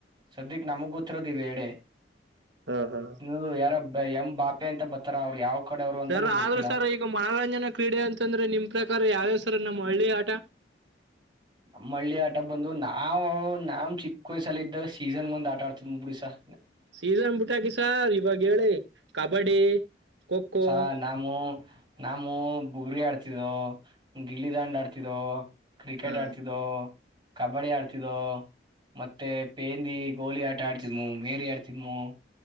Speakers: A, on the right (about 25°); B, on the right (about 80°).
A: ಸದ್ಯಕ್ ನಮಗ್ ಗೊತ್ತೀರೋದು ಈವ್ ಎರಡೇ
B: ಹ ಹಾ
A: ಇವರ್ ಯಾರೊ ಎಮ್ ಬಾಪೆ ಅಂತ ಬರತ್ತಾರೆ ಅವ್ರು ಯಾವ್ ಕಡೆ ಅವ್ರು ಅಂತ
B: ಸರ್
A: ನಂಗೆ
B: ಆದ್ರೂ
A: ಗೊತ್ತಿಲ್ಲ
B: ಸರ್ ಈಗ ಮನೋರಂಜನಾ ಕ್ರೀಡೆ ಅಂತಂದ್ರೆ ನಿಮ್ ಪ್ರಕಾರ ಯಾವ್ಯಾವ್ ಸರ್ ನಮ್ಮ ಹಳ್ಳಿ ಆಟ.
A: ನಮ್ಮ ಹಳ್ಳಿ ಆಟ ಬಂದು ನಾವ್ ನಮ್ ಚಿಕ್ಕ ವಯ್ಸಲ್ಲ ಇದಾಗ ಸೀಸನ್ ಒಂದ್ ಆಟ ಆಡ್ತಿದ್ ಬಿಡಿ ಸರ್
B: ಸೀಸನ್ ಬಿಟ್ಟಾಕಿ ಸರ್ ಇವಾಗ ಹೇಳಿ ಕಬಡ್ಡಿ ಖೋಖೋ
A: ಸರ್ ನಾಮೂ ನಾಮೂ ಬುಗುಡಿ ಆಡ್ತಿದ್ದರೂ. ಗಿಲ್ಲಿ ದಾಂಡ್ ಆಡ್ತಿದ್ದೋ, ಕ್ರಿಕೆಟ್
B: ಹಾ
A: ಆಡ್ತಿದ್ದೋ, ಕಬಡ್ಡಿ ಆಡ್ತಿದ್ದೋ ಮತ್ತೆ ಪೇಂದಿ ಗೋಲಿ ಆಟ ಆಡ್ತಿದ್ಮು, ಮೇರಿ ಆಡ್ತಿದ್ಮು.